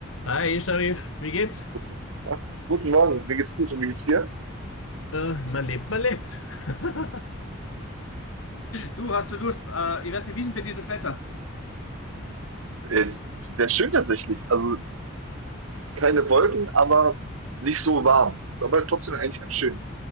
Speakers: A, on the left (about 75°); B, on the right (about 85°).
A: Hi, Sharif, wie geht's?
B: Guten, Tag. guten Morgen, mir geht's gut und wie geht's dir?
A: Äh, man lebt, man lebt. <laughs> Du, hast du Lust? Äh, ich weiß nicht, wie ist denn bei dir das Wetter?
B: Ist sehr schön tatsächlich. Also keine Wolken, aber nicht so warm. Ist Aber trotzdem eigentlich ganz schön.